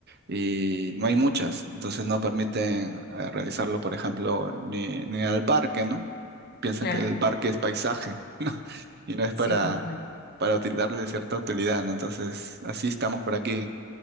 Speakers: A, on the right; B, on the left.
A: y no hay muchas, entonces no permiten eh, realizarlo, por ejemplo, ni, ni al parque, ¿no? Piensan
B: Claro.
A: que el parque es paisaje, <laughs> ¿no? Y no es
B: Sí,
A: para,
B: total.
A: para util- darle cierta utilidad, ¿no? Entonces, así estamos por aquí.